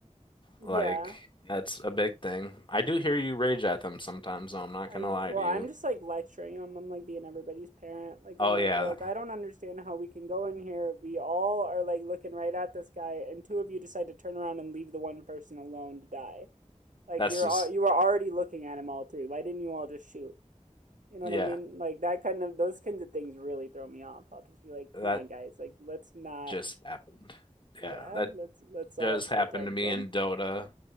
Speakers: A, on the right; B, on the left.
A: Yeah.
B: Like, that's a big thing. I do hear you rage at them sometimes, though. I'm not
A: I
B: gonna lie
A: well,
B: to
A: I'm
B: you.
A: just like lecturing them. I'm like being everybody's parent. Like
B: Oh
A: I'm like,
B: yeah,
A: look, I don't understand how we can go in here. We all are like looking right at this guy, and two of you decide to turn around and leave the one person alone to die. Like
B: that's
A: you're
B: just
A: all, you were already looking at him all three. Why didn't you all just shoot? You know
B: yeah,
A: what I mean? Like that kind of those kinds of things really throw me off. I'll just be like,
B: that
A: come on, guys, like let's not.
B: just happened.
A: Yeah,
B: Yeah, that
A: let's let's all
B: just
A: pay
B: happened
A: attention.
B: to me in Dota.